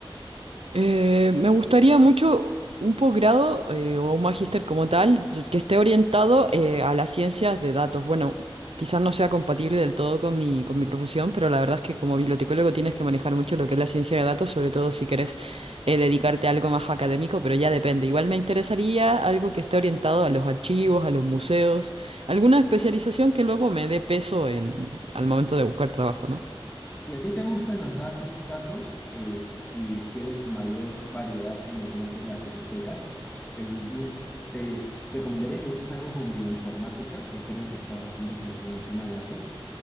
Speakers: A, on the right; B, on the left.
A: Eh, me gustaría mucho un posgrado eh, o un magíster como tal que esté orientado eh, a las ciencias de datos. Bueno, quizás no sea compatible del todo con mi, con mi profesión, pero la verdad es que como bibliotecólogo tienes que manejar mucho lo que es la ciencia de datos, sobre todo si quieres eh, dedicarte a algo más académico, pero ya depende. Igual me interesaría algo que esté orientado a los archivos, a los museos, alguna especialización que luego me dé peso en, al momento de buscar trabajo, ¿no?
B: Si a ti te gustan los dati- datos eh, y quieres mayor variedad en lo que van a ser las be- becas, te, bus- te recomendaría que busques algo con bioinformática, que creo que está bastante relacionado al tema de datos.